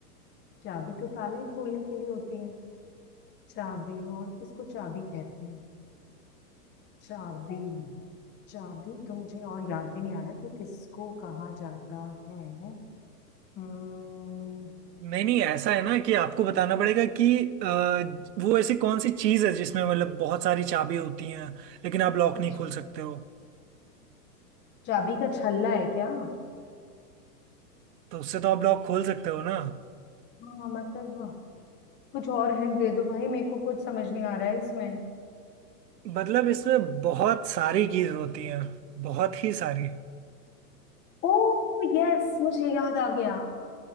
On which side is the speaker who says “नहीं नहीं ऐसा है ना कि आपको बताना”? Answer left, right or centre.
Right